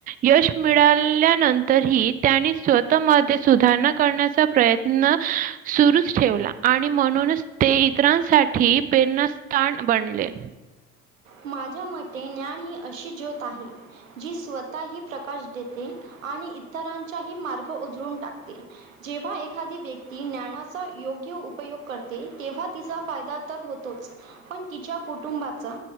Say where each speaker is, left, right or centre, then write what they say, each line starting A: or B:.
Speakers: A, on the right (about 25°); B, on the right (about 85°).
A: यश मिळाल्यानंतरही त्यांनी स्वतः म सुधारणा करण्याचा प्रयत्न सुरुच ठेवला आणि म्हणूनच ते इतरांसाठी प्रेरणास्थान बनले
B: माझ्या मते ज्ञान ही अशी ज्योत आहे जी स्वतः प्रकाश देते आणि इतरांचाही मार्ग उधळून टाकते जेव्हा एक एखादी व्यक्ती ज्ञानाचा योग्य उ उपयोग करते तेव्हा तिचा फायदा तर होतोच पण तिच्या कुटुंबाचा